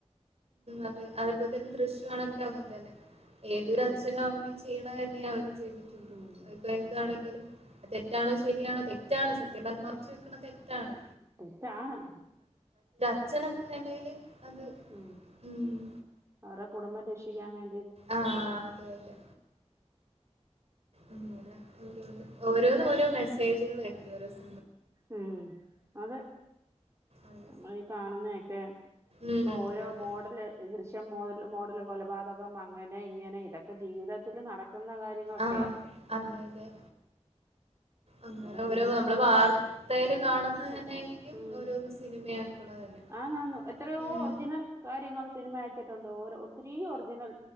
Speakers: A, on the right; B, on the right.
A: അതെ അതേപോലെ തന്നെ ദൃശ്യണങ്ങനെന്ന തന്നെ <unintelligible>
B: ഉം
A: <unintelligible> ചെയ്യണ തന്നെയ ആദ്യം ചെയ്യ
B: ഉം
A: അപ്പൊ ഏതാണെങ്കിലും തെറ്റാണോ ശരിയാണോ തെറ്റാണ് സത്യം മറച്ച് വെക്കണ തെറ്റാണ്
B: തെറ്റാണ്
A: അച്ഛന എന്ന നിലയില് അത്
B: ഉം
A: ഉം
B: അവരു കുടുംബം രക്ഷി <unintelligible> <unintelligible>
A: ആഹ് അതെ അതെ അങ്ങനെ ഓരോന്ന്
B: പിന്നെ
A: ഓരോ മെസേജുകളൾ ഇത്വ <unintelligible>
B: ഉം അതെ
A: അതെ
B: നമ്മളീ കാണുന്ന <unintelligible> ഇപ്പൊ
A: ഉം
B: ഓരോ
A: അതെ
B: മോഡല് <unintelligible> <unintelligible> മോഡൽ കൊലപാതകം അങ്ങനെ ഇങ്ങനെ ഇതൊക്കെ ജീവിതത്തിൽ നട നിക്കുന്ന കാര്യങ്ങളൊക്കെയാ
A: ആഹ് അതെ അതെ അങ്ങനെ
B: നമ്മള്
A: ഓരോ
B: സിനിമ
A: നമ്മള്
B: കാണുമ്പോ
A: വാർത്തേല് കാണുന്ന
B: സത്യം
A: തന്നെയായിരിക്കും
B: ഉം
A: ഓരോന്ന് സിനിമയാക്കണത് തന്നെ
B: ആന്ന് ആന്ന് എത്രയോ
A: ഉം
B: ഒറിജിനൽ കാര്യങ്ങൾ സിനിമയാക്കി എന്തോരം ഒത്തിരി ഒറിജിനൽ